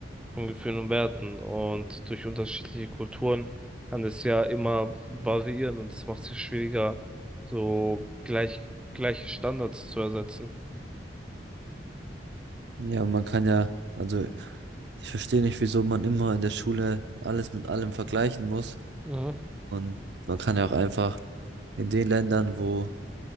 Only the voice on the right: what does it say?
Ja, man kann ja, also ich verstehe nicht, wieso man immer in der Schule alles mit allem vergleichen muss.
Und man kann ja auch einfach in den Ländern, wo